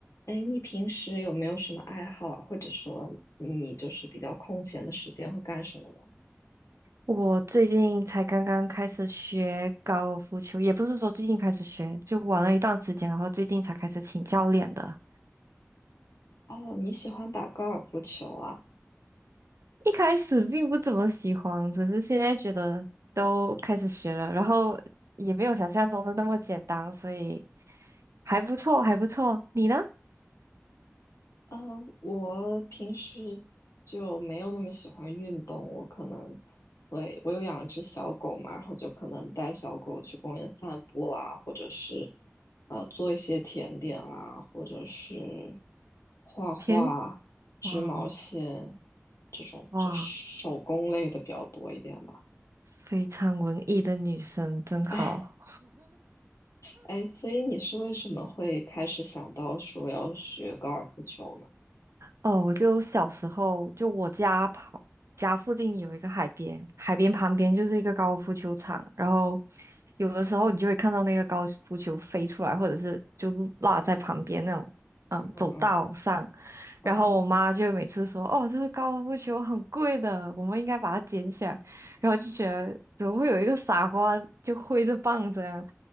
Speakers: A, on the left; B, on the right.
A: 哎，你平时有没有什么爱好，或者说你就是比较空闲的时间会干什么呢？
B: 我最近才刚刚开始学高尔夫球，也不是说最近开始学，就玩了一段时间，然后最近才开始请教练的。
A: 哦，你喜欢打高尔夫球啊？
B: 一开始并不怎么喜欢，只是现在觉得都开始学了，然后也没有想象中的那么简单，所以还不错，还不错。你呢？
A: 呃，我平时就没有那么喜欢运动，我可能会，我有养一只小狗嘛，然后就可能带小狗去公园散步啦，或者是呃做一些甜点啦，或者是画画、
B: 田，
A: 织毛线
B: 哇
A: 这种，
B: 哇，
A: 就手工类的比较多一点吧。
B: 非常文艺的女生，真好。
A: <laughs> 哎，所以你是为什么会开始想到说要学高尔夫球呢？
B: 哦，我就小时候，就我家旁家附近有一个海边，海边旁边就是一个高尔夫球场，然后有的时候你就会看到那个高尔夫球飞出来，或者是就是落在旁边那种，嗯，
A: 嗯嗯，
B: 走道上。然后我妈就每次说：
A: 哦
B: “哦，这个高尔夫球很贵的，我们应该把它捡起来。”然后就觉得怎么会有一个傻瓜就挥着棒子，样，